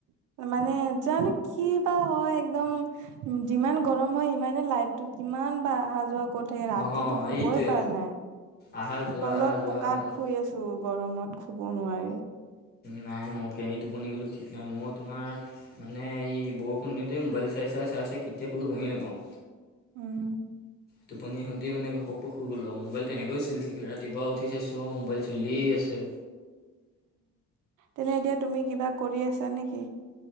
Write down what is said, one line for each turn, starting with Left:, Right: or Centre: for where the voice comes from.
Right: মানে জানো কি বা হয় একদম। যিমান গৰম হয় সিমানে লাইটটো কিমান বা অহা যোৱা কৰি ৰাতিটো
Left: অঁ
Right: শু'বই
Left: এইটোৱে
Right: পাৰ নাই।
Left: আহা যোৱা
Right: তলত
Left: আহা যোৱা
Right: পকাত
Left: আহা যোৱা
Right: শুই আছোঁ। তো, গৰমত শু'ব নোৱাৰি।
Left: নাই মই কেনি টোপনি গ'লো ঠিক নাই। মই তোমাৰ। মানে, এই বৰষুণ দিওতে মোবাইল চাই চাই চাই কেতিয়া শুলোঁ গমেই নাপাওঁ।
Right: উম,
Left: টোপনি শতি মানে ঘপক শুই গ'লো। মোবাইল তেনেকৈয় চলি থাকিল, ৰাতিপুৱা উঠি চাইছোঁ মোবাইল চলিয়েই আছে।
Right: এনে এতিয়া তুমি কিবা কৰি আছা নেকি?